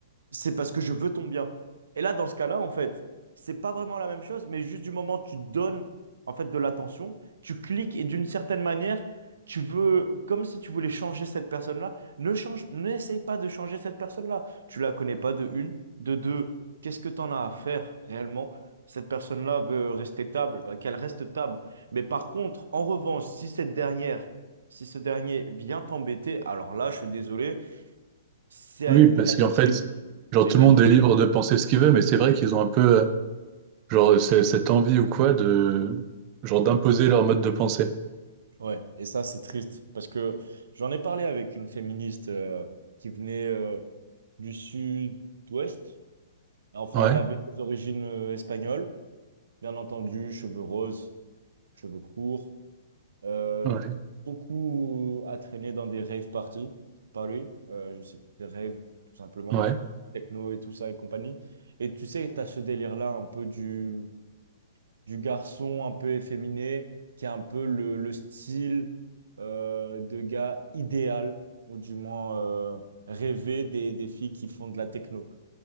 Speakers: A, on the right; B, on the right.
A: c'est parce que je veux ton bien. Et là, dans ce cas-là, en fait, c'est pas vraiment la même chose, mais juste du moment où tu donnes, en fait, de l'attention, tu cliques et d'une certaine manière, tu veux, comme si tu voulais changer cette personne-là, ne change, n'essaye pas de changer cette personne-là. Tu la connais pas de une, de deux. Qu'est-ce que t'en as à faire réellement? Cette personne-là veut rester table, bah, qu'elle reste table. Mais par contre, en revanche, si cette dernière, si ce dernier vient t'embêter, alors là, je suis désolé, c'est
B: Oui, parce
A: inadmissible.
B: qu'en fait, genre
A: C'est
B: tout
A: inadmissible.
B: le monde est libre de penser ce qu'il veut, mais c'est vrai qu'ils ont un peu euh, genre c- cette envie ou quoi de genre d'imposer leur mode de pensée.
A: Ouais, et ça, c'est triste parce que j'en ai parlé avec une féministe euh, qui venait euh, du sud-ouest. Enfin,
B: Ouais,
A: elle avait des origines euh, espagnoles, bien entendu, cheveux roses, cheveux courts, euh,
B: ouais,
A: beaucoup à traîner dans des rave parties, par lui, euh, je sais, des raves, tout simplement,
B: ouais,
A: techno et tout ça et compagnie. Et tu sais, tu as ce délire-là un peu du du garçon un peu efféminé, qui a un peu le, le style euh, de gars idéal, ou du moins euh, rêvé des, des filles qui font de la techno,